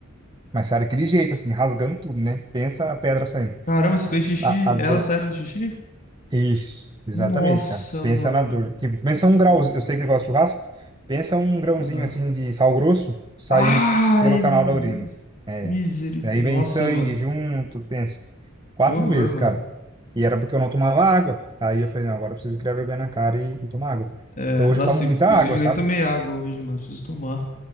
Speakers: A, on the right; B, on the left.
A: Mas saíram daquele jeito, assim, rasgando tudo, né? Pensa a pedra saindo.
B: Caramba, você fez xixi?
A: A, a dor,
B: Elas saíram no xixi?
A: Isso, exatamente,
B: Nossa,
A: cara. Pensa
B: mano.
A: na dor. Tipo, pensa
B: Misericórdia.
A: um grauzinho. Eu sei que você gosta de churrasco. Pensa um grãozinho
B: Aham.
A: assim de sal grosso saindo
B: Ai,
A: pelo canal
B: meu
A: da
B: Deus.
A: urina. É.
B: Misericórdia.
A: Aí vem
B: Nossa,
A: sangue
B: mano.
A: junto, pensa. Quatro
B: Que horror,
A: vezes,
B: mano.
A: cara. E era porque eu não tomava água. Aí eu falei, não, agora eu preciso criar vergonha na cara e, e tomar água.
B: É,
A: Então hoje
B: nossa,
A: eu tomo
B: inclusive
A: muita água,
B: nem
A: sabe?
B: tomei água hoje, mano. Preciso tomar.